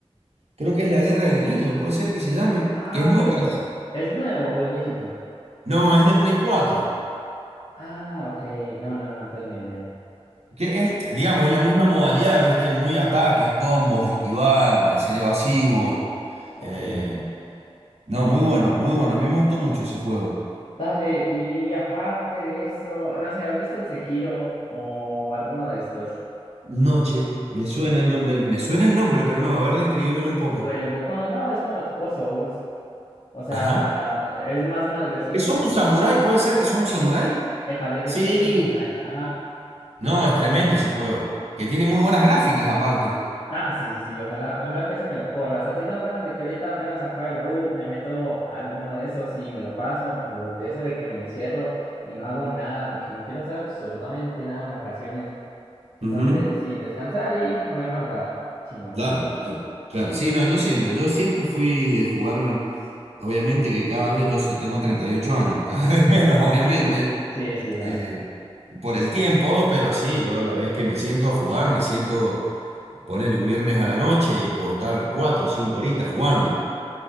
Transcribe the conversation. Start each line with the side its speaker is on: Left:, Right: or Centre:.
Right: Creo que es la Guerra del Anillo, puede ser que se llame,
Left: Ah,
Right: que es muy
Left: pero
Right: parecido.
Left: ¿es nuevo o es viejito?
Right: No, es de Play cuatro
Left: Ah, ok, no, no, no, no tengo ni idea.
Right: Que es, digamos, es la misma modalidad, ¿viste? Muy ataques, combos, esquivar, eh, ser evasivo.
Left: Ok,
Right: eh, No, muy bueno, muy bueno. A mí me gustó mucho ese juego.
Left: dale, y aparte de eso, no sé, ¿has visto el Sekiro o alguno de estos?
Right: Noche, me suena, el nombre- me, suena el nombre, pero no, a ver, describímelo un poco.
Left: O el Wukong, no, es como tipo Souls. O sea,
Right: Ajá.
Left: es más o menos de ese
Right: ¿Que
Left: estilo.
Right: sos un samurái? ¿Puede ser que sos un
Left: Sí,
Right: samurái?
Left: sí, sí. Epa, el de Sekiro
Right: Sí,
Left: es un samurái. Ajá.
Right: no, es tremendo ese juego, que tiene muy buenas gráficas aparte.
Left: Ah, sí, sí, sí. Ojalá, ojalá el PC me lo corra. O sea, sí tengo ganas de que ahorita apenas acabe la U, me meto a alguno de esos y me lo paso, pero de eso de que me encierro y no hago nada porque no quiero hacer absolutamente nada en vacaciones. Entonces,
Right: Ujú,
Left: sí, descansar y ponerme a jugar. Chimba.
Right: Claro, claro, claro. Sí, no, yo siempre, yo siempre fui de jugar, obviamente que cada vez, yo so- tengo 38 años, <laughs> cada vez menos, obviamente,
Left: <laughs> Sí, sí, dale.
Right: eh, por el tiempo, pero sí, yo la vez que me siento a jugar, me siento, ponerle un viernes a la noche y puedo estar 4 o 5 horitas jugando.